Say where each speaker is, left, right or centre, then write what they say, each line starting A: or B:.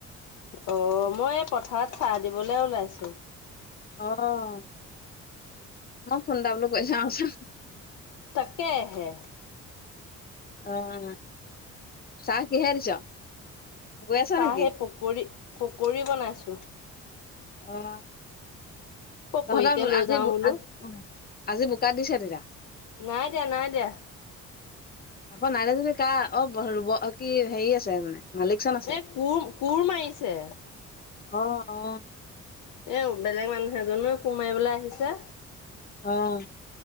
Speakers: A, on the left; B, on the left.
A: অঁ মই এই পথাৰত চাহ দিবলে ওলাইছোঁ।
B: অহ, মই ফোন এটা বোলো কৰি চাওঁ চোন।
A: তাকেহে।
B: অঁ চাহ কিহে দিছ'? গৈ আছ
A: চাহ
B: নেকি?
A: হেই পকৰি পকৰি বনাইছো।
B: অঁ,
A: পকৰীকে
B: তহঁতৰ
A: লৈ
B: আজি
A: যাও বোলো।
B: আজি অঁ আজি বোকাত দিছে তেতিয়া।
A: নাই দিয়া নাই দিয়া।
B: আকৌ নাই যদি কাৰ? অ ৰুব কি হেৰি আছে মানে। মালিকচন আছে।
A: এ কোৰ কোৰ মাৰিছে।
B: অঁ অঁ।
A: এ বেলেগ মানুহ এজনে কোৰ মাৰিবলৈ আহিছে।
B: অঁ।